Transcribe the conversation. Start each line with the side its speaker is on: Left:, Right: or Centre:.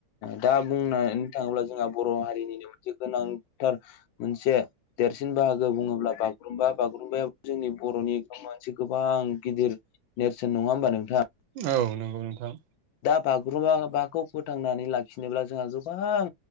Left: दा बुंनो थाङोब्ला जोंहा बर हारिनिनो मोनसे गोनांथार मोनसे देरसिन बाहागो बुङोब्ला बा रुम्बा बागुरुम्बाया जोंनि बर'नि मोनसे गोबां गिदिर नेरसोन नङा होमबा नों
Right: औ नोंगौ नोंथां।
Left: बागुरुमबाबाखौ फोथांनानै लाखिनोब्ला जोंहा गोबां